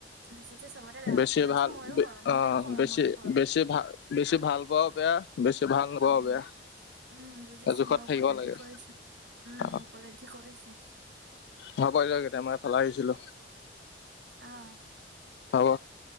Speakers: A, on the right; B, on the left.
A: বেছিতো চবতে বেয়া
B: বেছি
A: উপলব্ধি
B: ভাল,
A: ময়ো কৰো
B: অ'
A: ময়ো কৰো
B: বেছি,
A: ময়ো কৰো
B: বেছি ভাল বেছি ভাল ব' বেয়া বেছি ভাল নোপোৱাও
A: অ',
B: বেয়া
A: উম বুজিছো
B: জোখত
A: মই,
B: থাকিব
A: উপলব্ধি
B: লাগে
A: কৰিছো, উম
B: অ
A: উপল্ধি কৰিছো।
B: হব দে তেতিয়া হ'লে, মই ফালে আহিছিলো।
A: আহ।
B: হব।